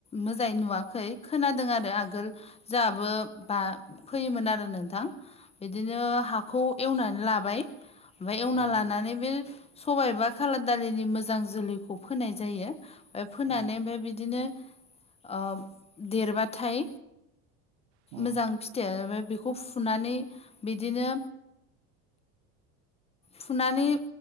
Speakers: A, on the left; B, on the right.
A: मोजाङै नुवाखै खोनादों आरो आगोल जोंहाबो बा फैयोमोन आरो नोंथां बिदिनो हाखौ एवनानै लाबाय ओमफाय एवना
B: उम
A: लानानै बे सबायाइबा एबा खाला दालिनि मोजां जोलैखौ फोनाय जायो ओ फोनानै
B: उम
A: ओमफाय बिदिनो ओब देरबाथाय
B: उम
A: मोजां फिथायाबो बेखौ फुनानै बिदिनो फुनानै